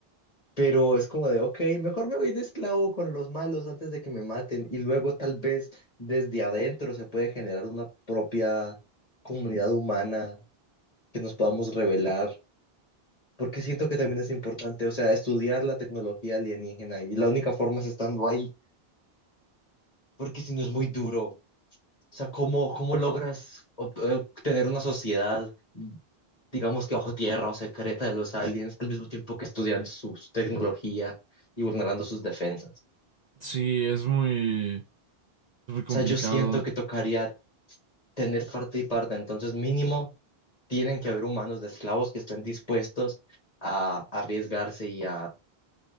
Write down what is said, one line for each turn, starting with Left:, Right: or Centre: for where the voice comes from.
Left: Pero es como de, ok, mejor me voy de esclavo con los malos antes de que me maten y luego tal vez desde adentro se puede generar una propia comunidad humana que nos podamos revelar, porque siento que también es importante, o sea, estudiar la tecnología alienígena y la única forma es estando ahí, porque si no es muy duro, o sea, ¿cómo, cómo logras ob- eh, tener una sociedad, digamos que bajo tierra o secreta de los aliens al mismo tiempo que estudian su tecnología y vulnerando sus defensas?
Right: Sí, es muy, es muy complicado.
Left: sea, yo siento que tocaría tener parte y parte, entonces mínimo tienen que haber humanos de esclavos que estén dispuestos a arriesgarse y a,